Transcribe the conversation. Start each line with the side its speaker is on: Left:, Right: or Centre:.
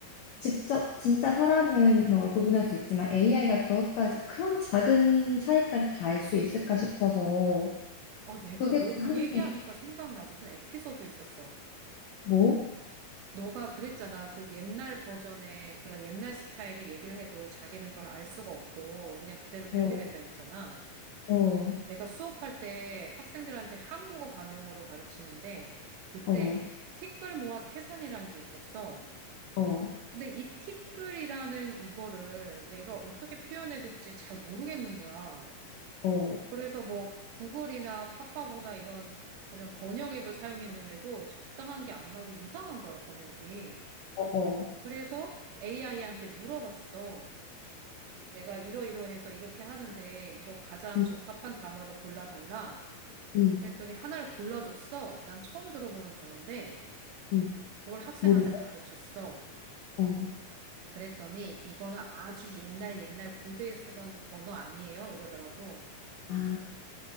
Left: 직접 진짜 사람은 그런 걸 구분할 수 있지만 AI가 그것까지 그런 작은 차이까지 다 알 수 있을까 싶어서
Right: 아, 내가
Left: 그게
Right: 너
Left: 좀
Right: 그
Left: 한계야.
Right: 얘기하니까 생각나. 무슨 에피소드 있었어.
Left: 뭐?
Right: 너가 그랬잖아. 그 옛날 버전의 그런 옛날 스타일을 얘기를 해도 자기는 그걸 알 수가 없고 그냥 그대로 배우게
Left: 어,
Right: 된다 했잖아.
Left: 어,
Right: 내가 수업할 때 학생들한테 한국어 관용어를 가르치는데 그때
Left: 어,
Right: 티끌 모아 태산이라는 게 있었어.
Left: 어,
Right: 근데 이 티끌이라는 이거를 내가 어떻게 표현해야 될지 잘 모르겠는 거야.
Left: 어,
Right: 그래서 뭐 구글이나 파파고나 이런 그냥 번역 앱을 사용했는데도 적당한 게 안 나오고 이상한 거야, 번역이.
Left: 어, 어.
Right: 그래서 AI한테 물어봤어. 내가 이러이러해서 이렇게 하는데 이거 가장
Left: 음,
Right: 적합한 단어를 골라달라.
Left: 음,
Right: 그랬더니 하나를 골라줬어. 난 처음 들어보는 단어인데
Left: 음.
Right: 그걸 학생한테
Left: 뭔데?
Right: 가르쳤어.
Left: 어.
Right: 그랬더니 이거는 아주 옛날 옛날 고대에 쓰던 언어 아니에요 이러더라고.
Left: 아,